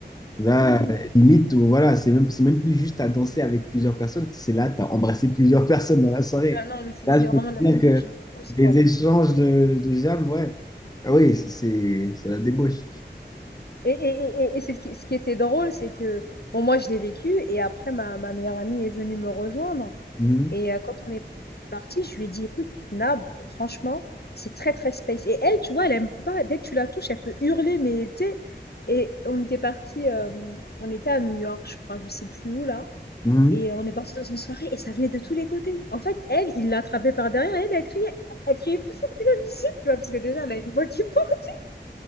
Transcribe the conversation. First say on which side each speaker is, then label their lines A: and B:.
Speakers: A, on the left; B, on the left.
A: Là,
B: Hmm.
A: limite, voilà, c'est même, c'est même plus juste à danser avec plusieurs personnes. C'est là, tu as embrassé <laughs> plusieurs personnes dans la soirée.
B: Ah non, mais c'est
A: Là,
B: c'est
A: je peux
B: vraiment
A: te
B: de la
A: dire
B: débauche,
A: que
B: hein. Au score.
A: les échanges de, de jam, ouais. Ah oui, c'est c'est la débauche.
B: Et, et, et, et c'est ce qui, ce qui était drôle, c'est que, bon, moi, je l'ai vécu. Et après, ma, ma meilleure amie est venue me rejoindre.
A: Mhm,
B: Et euh, quand on est parti, je lui ai dit, écoute, Nab, franchement, c'est très, très space. Et elle, tu vois, elle aime pas. Dès que tu la touches, elle peut hurler, mais tu sais. Et on était parti, euh, on était à New York, je crois, je sais plus où là.
A: mhm,
B: Et on est parti dans une soirée et ça venait de tous les côtés. En fait, elle, il l'a attrapée par derrière et elle a crié. Elle criait plus fort que la musique, tu vois, parce que déjà, elle a une voix qui porte.